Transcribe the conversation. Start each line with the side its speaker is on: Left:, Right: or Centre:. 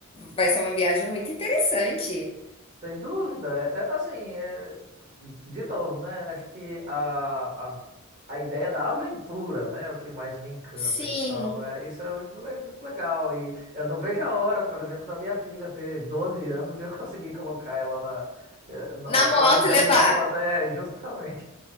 Left: vai ser uma viagem muito interessante.
Right: Sem dúvida. É, é, assim, é, de novo, né? Acho que a, a, a ideia da aventura, né, é o que mais me encanta.
Left: Sim,
Right: Então, é, isso é muito, le- muito legal. E eu não vejo a hora, por exemplo, da minha filha ter 12 anos e eu <laughs> conseguir colocar ela na, eh, no-
Left: na
Right: atrás
Left: moto
Right: da
Left: levar.
Right: minha moto. É, justamente.